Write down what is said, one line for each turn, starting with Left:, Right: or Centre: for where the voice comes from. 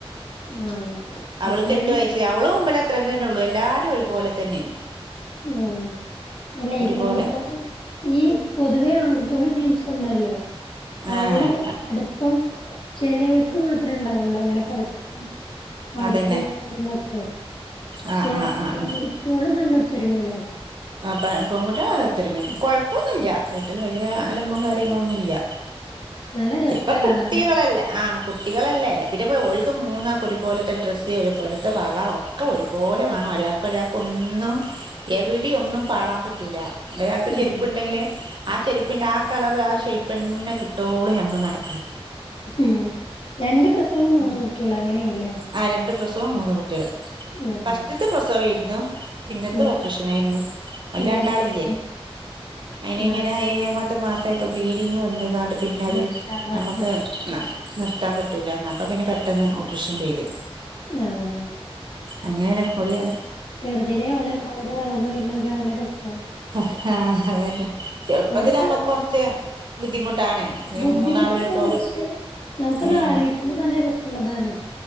Left: ആഹ്
Right: അവൾക്ക്
Left: ഒത്തൊരുമ
Right: എട്ട് വയസ്സ് അവള് ഇമ്പല അത്രേതന്നെ ഉള്ളൂ എല്ലാരും ഒരുപോലെ തന്നെയണ്
Left: ആഹ് അല്ലേ
Right: ഒരുപോലെ
Left: പെൺകുട്ടിആള് ഈ പൊതുവേ ആൺകുട്ടിക്കള് ജീൻസ് ഇട്ണ്ടല്ലോ
Right: ആഹ്
Left: അവര് അടുപ്പ പ്പം ചിലോർക്ക് മാത്രമേ ഉണ്ടാവുള്ളൂ അങ്ങനെ പരസ്പരം അടുപ്പം
Right: അതന്നെ
Left: ഒത്തൊരുമ ഒക്കെ പക്ഷെ
Right: ആഹ് ആഹ് ആഹ്
Left: പെൺകുട്ട്യോള്
Right: ആഹ്
Left: നല്ല ഒത്തൊരുമേലാവും.
Right: ആ പൊൺകുട്ടിള് നല്ലഒത്തരിമേണ് കുഴപ്പമൊന്നുല്ല വീട്ടിൽ വലിയ അലമ്പും കാര്യങ്ങളൊന്നും ഇല്ല
Left: നല്ല രസാ
Right: ഇപ്പ
Left: കാണാനൊക്കെ
Right: കുട്ടികളല്ലേ ആഹ് കുട്ടികളല്ലേ പിന്നെപ്പോ ഓൾക്ക് മൂന്നാക്കും ഒരുപൊലത്തെ ഡ്രസ്സ് ഒരുപൊലത്തെ വള ഒ ഒക്കെ ഒരുപോലെ വേണം ഒരാൾക്ക് ഒരാൾക്ക് ഒന്നും എവിടെ ഒന്നും പാളാൻ പറ്റൂല ഒരാൾക്ക് ഒര്ചെരുപ്പ്
Left: ആഹ്
Right: ഉണ്ടെങ്കില് ആ ചെരുപ്പിന്റെ ആ കളർ ആ സെയ്പ്പന്നെ കിട്ടോള ഞമ്മ നമ്മൾ നടക്കണം
Left: ഉം രണ്ട് പ്രസവും മൂന്ന് കുട്ടികളും അങ്ങനെ ആവുല്ലേ?
Right: ആഹ് രണ്ട് പ്രസവം മൂന്ന് കുട്ടികള്
Left: ആഹ്
Right: ഫസ്റ്റ്ത്ത് പ്രസവം യെര്ന്നു. പിന്നത്തെ
Left: ആഹ്
Right: ഓപ്പറേഷൻ ആയിർന്നു ഓല്
Left: നേരത്തെ
Right: രണ്ടാളില്ലേ
Left: കുട്ടിയോള്
Right: അയിനിങ്ങനെ
Left: ആഹ്
Right: ഏയമ പത്ത് മാസമായപ്പോ ബ്ലീഡിങ് വന്ന്കാണ്ട് പിന്നെ അത്
Left: മാഷാ അല്ലാഹ്
Right: നമുക്ക് ആ നിർത്താൻ പറ്റൂല ന്ന അപ്പ പിന്നെ പെട്ടെന്ന് ഓപ്പറേഷൻ ചെയ്ത്
Left: ആഹ്‌
Right: അങ്ങനെണ് പോളിയാണ്
Left: ചെറുതിലെ ആള് അവര് വളർന്ന് വര്ന്നതൊക്കെ കാണാൻ നല്ല രസാണ്
Right: ആഹ് അതന്നെ ചെറുപ്പത്തില്
Left: ഒരാൾ
Right: അമ്മക്കൊർച്ച് ബുദ്ധിമുട്ടാണ്
Left: ബുദ്ധിമുട്ടാവും
Right: മൂന്നാളൊരിപ്പോ
Left: പക്ഷെ നമുക്കതാലോയ്ക്കുമ്പോ
Right: ഉം
Left: നല്ല രസള്ളതാണെ